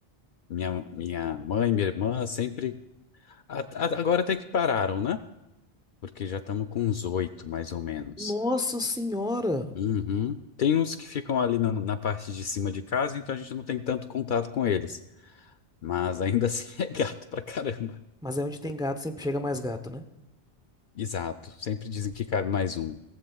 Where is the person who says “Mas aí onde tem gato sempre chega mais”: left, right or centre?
Centre